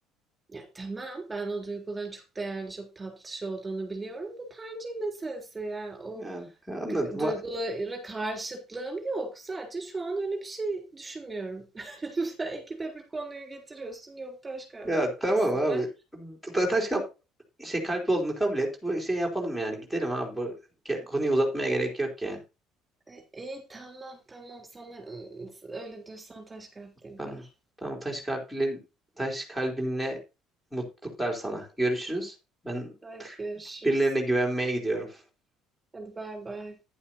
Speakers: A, on the right; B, in the centre.
A: ya tamam ben o duyguların çok değerli çok tatlı şey olduğunu biliyorum da tercih meselesi yani o
B: Ya anladım.
A: duygulara karşıtlığım yok sadece şu an öyle bir şey düşünmüyorum. <laughs> Sen ikide bir konuyu getiriyorsun yok taş kalplisin
B: Ya tamam abi.
A: de
B: Ta taş kap şey kalp olduğunu kabul et. Bu şey yapalım yani. Gidelim abi. Bu ge- konuyu uzatmaya gerek yok yani.
A: E, iyi tamam tamam sana ıı, öyle diyorsan taş kalpteyim
B: Tamam.
A: peki.
B: Tamam taş kalpli taş kalbinle mutluluklar sana. Görüşürüz. Ben
A: Hadi görüşürüz.
B: birilerine güvenmeye gidiyorum.
A: Hadi bay bay.